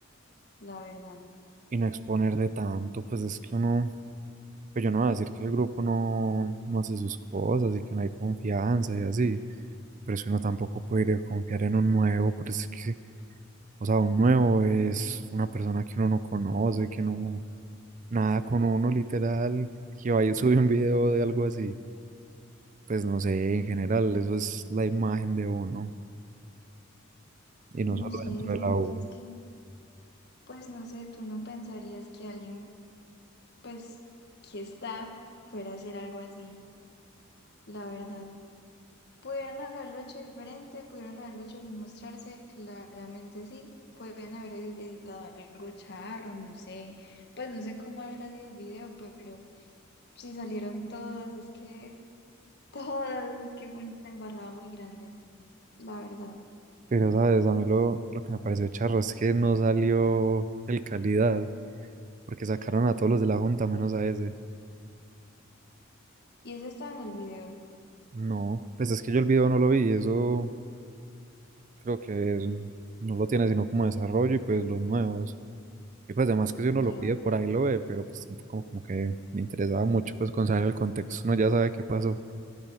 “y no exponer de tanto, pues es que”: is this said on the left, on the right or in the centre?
Right